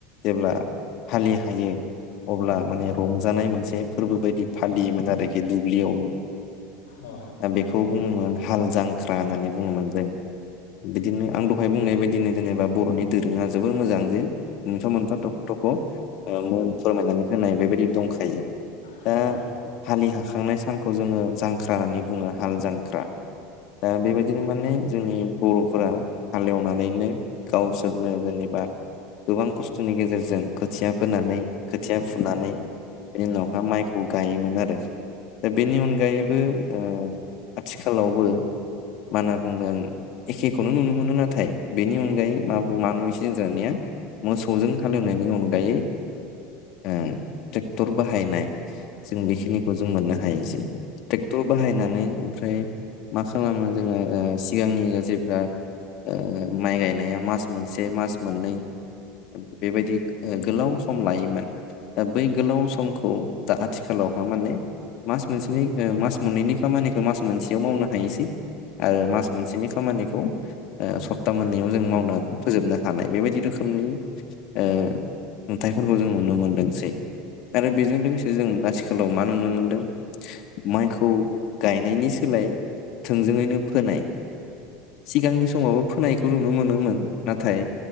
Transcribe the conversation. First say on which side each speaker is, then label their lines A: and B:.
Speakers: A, on the left; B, on the left.
A: जेब्ला हालि हायो अब्ला माने रंजानाय मोनसे फोरबो बायदि फालियोमोन आरोखि दुब्लियाव
B: औ
A: ओ बेखौ बुङोमोन हाल जांख्रा होननानै बुङोमोन जों बिदिनो आं दहाय बुंनाय बायदिनो जेनेबा बर'नि दोरोङा जोबोर मोजां जे मोनफा मोनफा थख' थख' ओ मुं फोरमायनानै होनाय बेबायदि दंखायो।
B: औ
A: दा
B: औ
A: हालि हाखांनाय सानखौ जोङो जांख्रा होननानै बुङो हाल जांख्रा। दा बेबायदिनो माने जोंनि बर'फोरा हालेवनानैनो गावसोरनो जेनेबा गोबां खस्थ'नि गेजेरजों खोथिया फोनानै खोथिया फुनानै बेनि उनावहा माइखौ गायोमोन आरो दा बेनि अनगायैबो ओ आथिखालावबो मा होनना बुंगोन एखेखौनो नुनो मोनो नाथाय बेनि अनगायै मा मा नुसिनो दानिया मोसौजों हालेवनायनि अनगायै ओ ट्रेक्टर बाहायनाय जों बेखिनिखौ जों मोननो हायो ट्रेक्टर बाहायनानै ओमफ्राय मा खालामो जोङो सिगांनि जायफ्रा ओ माइ गायनाया मास मोनसे मास मोननै बेबायदि ओ गोलाव सम लायोमोन दा बै गोलाव समखौ दा आथिखालावहा माने मास मोनसेनि ओ मास मोननैनि खामानि जों मास मोनसेयाव मावनो हायोसै आरो मास मोनसेनि खामानिखौ ओ सप्ता मोननैयाव जों मावना फोजोबनो हानाय बेबायदि रोखोमनि ओ नुथाइफोरखौ जों नुनो मोनदोंसै। आरो बेजों लोगोसे जों आथिखालाव मा नुनो मोनदों माइखौ गायनायनि सोलाय थोंजोङैनो फोनाय सिगांनि समावबो फोनायखौ नुनो मोनोमोन नाथाय